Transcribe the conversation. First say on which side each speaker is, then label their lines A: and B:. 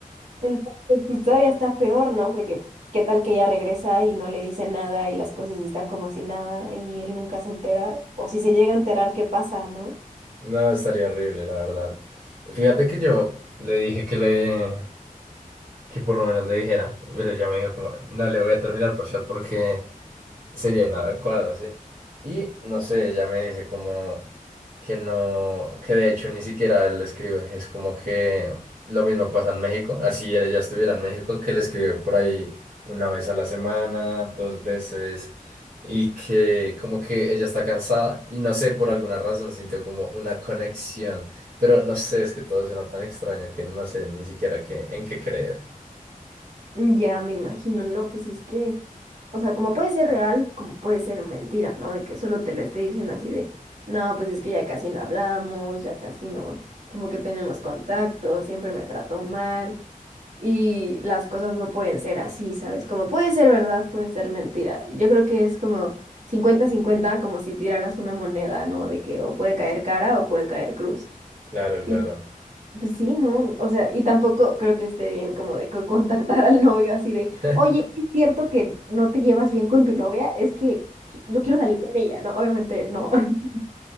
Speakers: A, on the right; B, on the right.
A: Entonces, pues todavía está peor, ¿no? Porque qué tal que ella regresa y no le dice nada y las cosas están como si nada y él nunca se entera, o si se llega a enterar, ¿qué pasa, no?
B: No, estaría horrible, la verdad. Fíjate que yo le dije que le, que por lo menos le dijera, pero ella me dijo como, no le voy a terminar por chat porque sería inadecuado, ¿sí? Y no sé, ella me dice como que no, que de hecho ni siquiera él le escribe, es como que lo mismo pasa en México, así ella estuviera en México, que le escribe por ahí una vez a la semana, dos veces, y que como que ella está cansada y no sé, por alguna razón sintió como una conexión, pero no sé, es que todo suena tan extraño que no sé ni siquiera qué, en qué creer.
A: Ya me imagino, no, pues es que, o sea, como puede ser real, como puede ser mentira, ¿no? De que solo te lo esté diciendo así de, no, pues es que ya casi no hablamos, ya casi no, como que tenemos contacto, siempre me trató mal. Y las cosas no pueden ser así, ¿sabes? Como puede ser verdad, puede ser mentira. Yo creo que es como cincuenta-cincuenta como si tiraras una moneda, ¿no? De que o puede caer cara o puede caer cruz.
B: Claro, claro.
A: Y pues sí, ¿no? O sea, y tampoco creo que esté bien como de co- contactar al novio así de,
B: <laughs>
A: oye, ¿es cierto que no te llevas bien con tu novia? Es que qui- yo quiero salir con ella, ¿no? Obviamente no. <laughs>